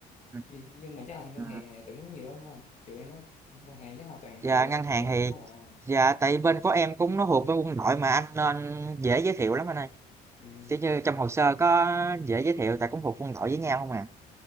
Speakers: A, on the right; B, on the left.
A: Ừ,
B: nhưng, nhưng mà chắc là ngân
A: ừ.
B: hàng này tuyển nhiều lắm ha trừ em á ngân hàng chắc là toàn
A: Dạ
B: lựa
A: ngân hàng
B: trừ em
A: thì
B: tuyển không à
A: dạ tại bên của em cũng nó thuộc với quân đội mà anh nên dễ giới thiệu lắm anh ơi.
B: ừ.
A: Kiểu như trong hồ sơ có dễ giới thiệu tại cũng thuộc quân đội với nhau không à.